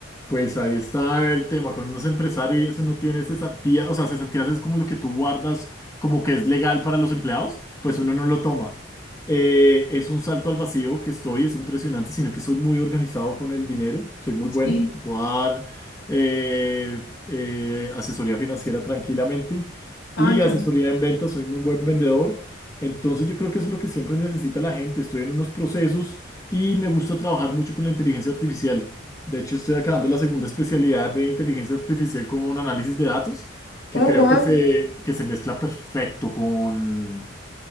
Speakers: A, on the left (about 15°); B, on the left (about 65°).
A: Pues ahí está el tema, cuando uno es empresario y eso no tiene cesantías, o sea, cesantías es como lo que tú guardas, como que es legal para los empleados, pues uno no lo toma. Eh, es un salto al vacío que estoy, es impresionante, sino que soy muy organizado con el dinero, soy muy bueno,
B: Sí.
A: te puedo dar eh, eh, asesoría financiera tranquilamente
B: Ay,
A: y
B: qué...
A: asesoría en ventas, soy muy buen vendedor, entonces yo creo que eso es lo que siempre necesita la gente, estoy en unos procesos y me gusta trabajar mucho con la inteligencia artificial. De hecho, estoy acabando la segunda especialidad de inteligencia artificial con análisis de datos, que
B: Oh,
A: creo
B: wow.
A: que se, que se mezcla perfecto con,